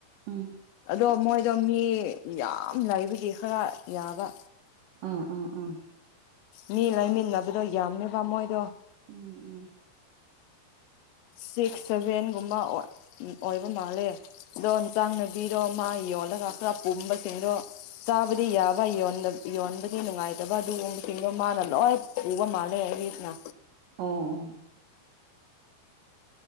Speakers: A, on the right; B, on the left.
A: ꯎꯝ
B: ꯑꯗꯣ ꯃꯣꯏ ꯑꯗꯣ ꯃꯤ ꯌꯥꯝ ꯂꯩꯏꯕꯒꯤ ꯈꯔ ꯌꯥꯕ
A: ꯑꯥ ꯑꯥ ꯑꯥ
B: ꯃꯤ ꯂꯩꯃꯤꯟꯅꯕꯗꯣ ꯌꯥꯝꯃꯦꯕ ꯃꯣꯏꯗꯣ
A: ꯎꯝ ꯎꯝ
B: ꯁꯤꯛꯁ ꯁꯚꯦꯟꯒꯨꯝꯕ ꯑꯣꯏ ꯎꯝ ꯑꯣꯏꯕ ꯃꯥꯜꯂꯦ ꯑꯗꯣ ꯍꯤꯟꯆꯥꯡ ꯅꯥꯄꯤꯗꯣ ꯃꯥ ꯌꯣꯜꯂꯒ ꯈꯔ ꯄꯨꯝꯕꯁꯤꯡꯗꯣ ꯆꯥꯕꯗꯤ ꯌꯥꯕ ꯌꯣꯟꯗ ꯌꯣꯟꯕꯗꯤ ꯅꯨꯡꯉꯥꯏꯇꯕ ꯑꯗꯨꯒꯨꯝꯕꯁꯤꯡꯗꯣ ꯃꯥꯅ ꯂꯣꯏ ꯄꯨꯕ ꯃꯥꯜꯂꯦ ꯑꯦꯔꯤꯁꯅ
A: ꯑꯣ ꯑꯣ